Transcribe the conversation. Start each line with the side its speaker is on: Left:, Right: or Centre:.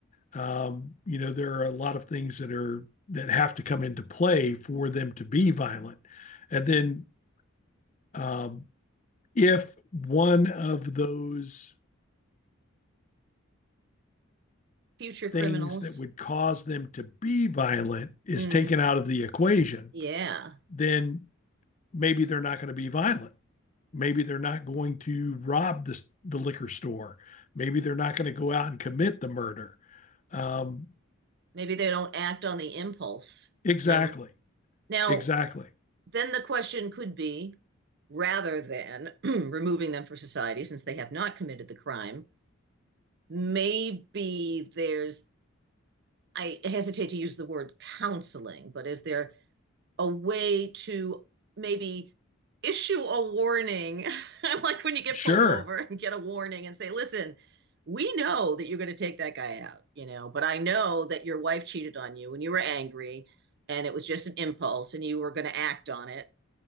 Left: Um, you know, there are a lot of things that are that have to come into play for them to be violent. And then um, if one of those
Right: Future criminals.
Left: things that would cause them to be violent is
Right: Mm,
Left: taken out of the equation,
Right: yeah.
Left: then maybe they're not going to be violent. Maybe they're not going to rob the, the liquor store. Maybe they're not going to go out and commit the murder. Um,
Right: Maybe they don't act on the impulse,
Left: exactly.
Right: you know. Now,
Left: Exactly.
Right: then the question could be rather than <clears throat> removing them from society since they have not committed the crime. Maybe there's, I hesitate to use the word counseling, but is there a way to maybe issue a warning? <laughs> like when you get
Left: Sure.
Right: pulled over and get a warning and say, listen, we know that you're going to take that guy out, you know, but I know that your wife cheated on you and you were angry and it was just an impulse and you were going to act on it.